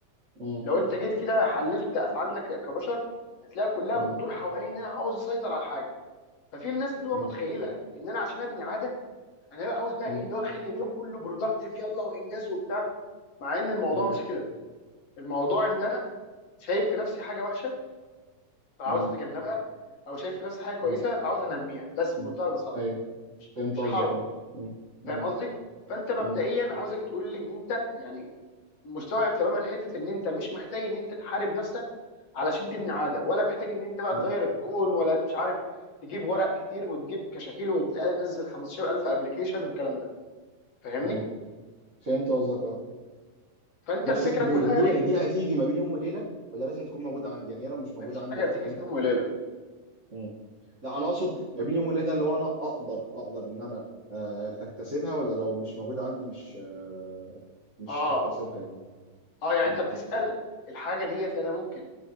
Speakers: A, on the right; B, on the left.
A: مم.
B: لو انت جيت كده حللت افعالنا ك- كبشر هتلاقي كلها
A: مم.
B: بتدور حوالين ان انا عاوز اسيطر على حاجه ففي الناس بتبقى
A: مم.
B: متخيله ان انا عشان ابني عاده انا بقى عاوز بقى
A: مم.
B: ايه اللي هو اخلي اليوم كله برودكتيف يلا وانجاز وبتاع مع ان الموضوع
A: مم.
B: مش كده الموضوع ان انا شايف في نفسي حاجه وحشه فعاوز
A: مم.
B: اتجنبها او شايف في نفسي حاجه كويسه
A: مم.
B: فعاوز انميها بس بمنتهى
A: مم.
B: البساطه
A: ايوه فهمت
B: مش
A: قصدك
B: حرب
A: اه مم. مم.
B: فاهم قصدي فانت مبدئيا
A: مم.
B: عاوزك تقول لي ان انت يعني مستوعب تماما حته ان انت مش محتاج ان انت تحارب نفسك علشان تبني عاده ولا محتاج ان انت بقى
A: مم.
B: تغير الكون ولا مش عارف تجيب ورق كتير وتجيب كشاكيل وتنزل 15000 ابلكيشن والكلام ده فاهمني
A: ايوه فهمت قصدك اه
B: فانت
A: بس
B: الفكره
A: دي
B: كلها
A: دي دي هتيجي ما بين يوم وليله ولا لازم تكون موجوده عندي يعني هي لو مش موجوده
B: مفيش حاجه
A: عندي الفكره
B: بتيجي
A: اللي
B: في
A: انت
B: يوم
A: بتتكلم
B: وليله
A: عنها. مم. لا انا اقصد ما بين يوم وليله ده اللي هو انا اقدر اقدر ان انا آه، اكتسبها ولا لو مش موجوده عندي مش آه، مش
B: اه
A: هكتسبها يعني.
B: اه يعني
A: مم.
B: انت بتسال الحاجه ديت انا ممكن